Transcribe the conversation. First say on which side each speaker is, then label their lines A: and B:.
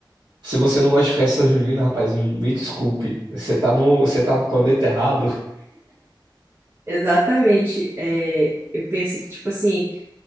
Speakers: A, on the right (about 65°); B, on the right (about 30°).
A: se você não gosta de festa junina, rapaz, me desculpe. Você tá no, você tá no planeta errado. <laughs>
B: Exatamente. É, eu penso que, tipo assim,